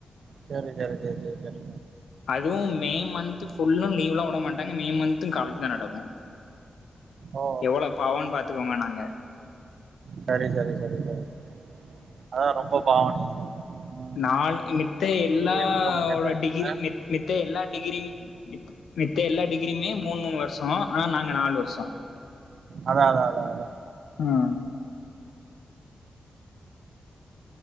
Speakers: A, on the right; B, on the left.
A: செரி செரி சேர் சேர் செரி
B: அதுவும் மே மந்த் ஃபுல்லும் லீவுல்லாம் உட மாட்டாங்க மே மந்த்தும் காலேஜ் தான் நடக்கும்
A: ஓ
B: எவ்ளோ பாவோன்னு பாத்துக்கோங்க நாங்க
A: சரி சரி சரி சரி அதான் ரொம்ப பாவோம் நீங்க ம்.
B: நாலு மித்த எல்லாவோட
A: லீவே குடுக்க மாட்டேன்டானுங்க
B: டிகிரி மித் மித்த எல்லா டிகிரி மித் மித்த எல்லா டிகிரியுமே மூணு மூணு வர்ஷோம் ஆனா நாங்க நால் வர்ஷோம்
A: அதா அதா அத அதா
B: ம்